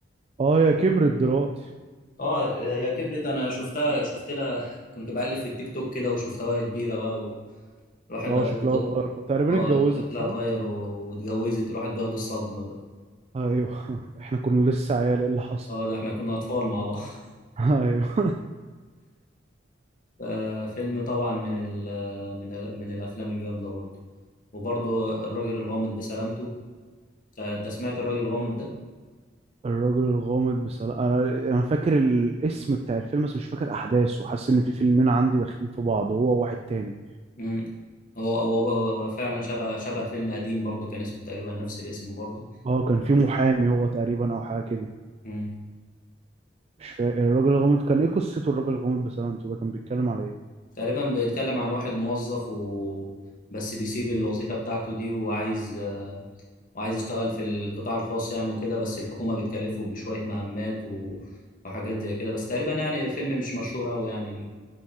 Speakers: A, on the right; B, on the left.
A: اه هي كبرت دلوقتي
B: اه يا يا كبرت انا شفتها شفت لها <laughs> كنت بقلب في التيك توك كده وشفتها وهي كبيره بقى والواحد
A: اه
B: بقى
A: شكلها
B: بياخد
A: اتغير تقريبا
B: اه
A: اتجوزت
B: شكلها
A: صح؟
B: اتغير و- واتجوزت الواحد بياخد الصدمه بقى
A: ايوه <laughs> احنا كنا لسه عيال ايه اللي حصل؟
B: اه ده احنا كنا اطفال مع بعض <laughs>
A: <laughs> ايوه
B: آه، فيلم طبعا من ال من ال من الافلام الجامده برضه وبرضه الراجل الغامض بسلامته آه، انت سمعت الراجل الغامض ده؟
A: الراجل الغامض بسلام انا انا فاكر الاسم بتاع الفيلم بس مش فاكر احداثه حاسس ان في فيلمين عندي داخلين في بعض هو واحد تاني
B: مم. هو هو هو هو فعلا شبه شبه فيلم قديم برضه كان اسمه تقريبا نفس الاسم برضه
A: اه كان في محامي هو تقريبا او حاجه كده
B: مم.
A: مش فاكر الراجل الغامض كان ايه قصته الراجل الغامض بسلامته ده كان بيتكلم على ايه
B: تقريبا بيتكلم عن واحد موظف و... بس بيسيب الوظيفة بتاعته دي وعايز آه، وعايز يشتغل في القطاع الخاص يعني وكده بس الحكومة بتكلفه بشوية مهمات و... وحاجات زي كده بس تقريبا يعني فيلم مش مشهور أوي يعني ليه